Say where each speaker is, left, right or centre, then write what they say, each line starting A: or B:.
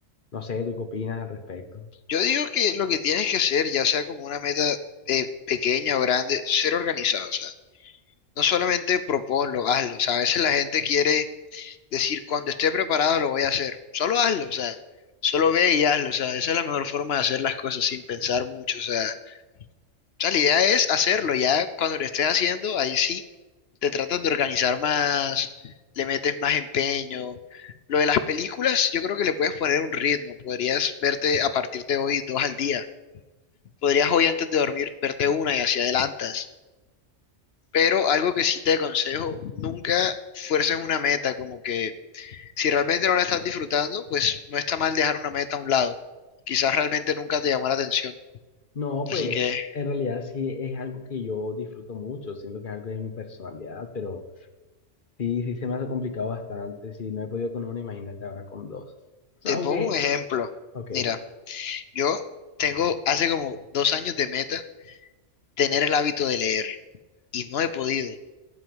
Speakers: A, on the left (about 45°); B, on the left (about 60°).
A: no sé, ¿tú qué opinas al respecto?
B: Yo digo que lo que tienes que hacer, ya sea como una meta eh, pequeña o grande, ser organizado. O sea, No solamente proponlo, hazlo. O sea, a veces la gente quiere decir, cuando esté preparado lo voy a hacer. Solo hazlo, o sea, solo ve y hazlo. O sea, esa es la mejor forma de hacer las cosas sin pensar mucho. O sea, o sea, la idea es hacerlo. Ya cuando lo estés haciendo, ahí sí te tratas de organizar más, le metes más empeño. Lo de las películas, yo creo que le puedes poner un ritmo. Podrías verte a partir de hoy dos al día. Podrías hoy antes de dormir verte una y así adelantas. Pero algo que sí te aconsejo, nunca fuerces una meta, como que si realmente no la estás disfrutando, pues no está mal dejar una meta a un lado. Quizás realmente nunca te llamó la atención.
A: No, pues
B: Así que
A: en realidad sí es algo que yo disfruto mucho, siento que es algo de mi personalidad, pero sí, sí se me ha complicado bastante, si no he podido con una, imagínate ahora con dos. O sea,
B: te
A: aunque,
B: pongo un ejemplo.
A: ok,
B: Mira, yo tengo hace como dos años de meta tener el hábito de leer y no he podido,